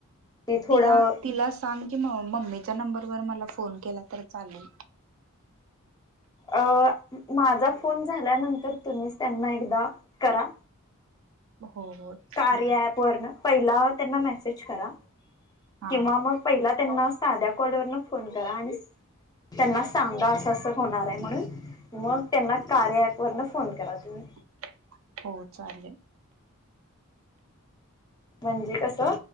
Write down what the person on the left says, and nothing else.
ते थोडं
अं माझा फोन झाल्यानंतर तुम्हीच त्यांना एकदा करा.
कार्या
ऍप वरन पहिला त्यांना मेसेज करा,
किंवा मग पहिला त्यांना साध्या कॉलवरनं फोन करा आणि त्यांना सांगा असं असं होणाराय म्हणून मग त्यांना कार्या ॲ वरन फोन करा. तुम्ही
म्हणजे कस